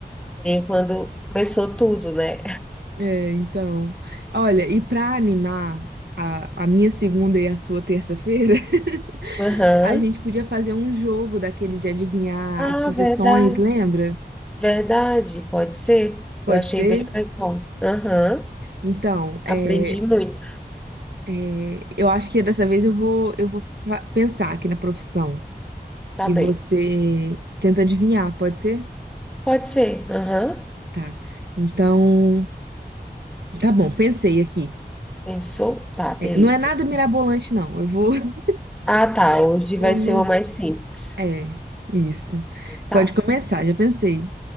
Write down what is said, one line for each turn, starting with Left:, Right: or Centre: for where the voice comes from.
Centre: E quando começou tudo, né?
Right: <laughs> é, então. Olha, e pra animar a, a minha segunda e a sua terça-feira, <laughs>
Centre: Aham.
Right: a gente podia fazer um jogo daquele de adivinhar
Centre: Ah,
Right: as profissões,
Centre: verdade.
Right: lembra?
Centre: Verdade, pode ser.
Right: Pode
Centre: Eu achei
Right: ser?
Centre: bem legal. Aham.
Right: Então, é,
Centre: Aprendi muito.
Right: É, eu acho que dessa vez eu vou, eu vou fa- pensar aqui na profissão
Centre: Tá
Right: e
Centre: bem.
Right: você tenta adivinhar, pode ser?
Centre: Pode ser. Aham.
Right: Tá. Então, tá bom, pensei aqui.
Centre: Pensou? Tá, beleza.
Right: É, não é nada mirabolante, não. Eu vou, <laughs>
Centre: Ah, tá. Hoje
Right: vou
Centre: vai
Right: nos.
Centre: ser uma mais simples.
Right: É, isso.
Centre: Tá.
Right: Pode começar, já pensei.